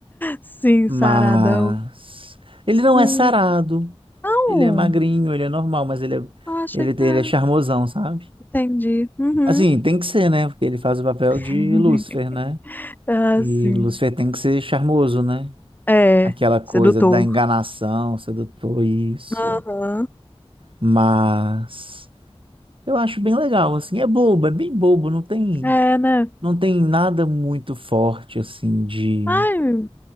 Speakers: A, on the left; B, on the right.
A: sim,
B: mas
A: Saradão.
B: ele não
A: Hum,
B: é sarado,
A: Não,
B: ele é magrinho, ele é normal, mas ele é,
A: acha
B: ele
A: que
B: tem,
A: é.
B: ele é charmosão, sabe?
A: Entendi. Uhum.
B: Assim, tem que ser, né? Porque ele faz o papel
A: <laughs>
B: de Lúcifer, né?
A: Ah,
B: E
A: sim.
B: Lúcifer tem que ser charmoso, né?
A: É,
B: Aquela coisa
A: sedutor.
B: da enganação, sedutor, isso.
A: Aham.
B: Mas eu acho bem legal, assim, é bobo, é bem bobo, não tem,
A: É, né?
B: não tem nada muito forte, assim, de
A: Ai,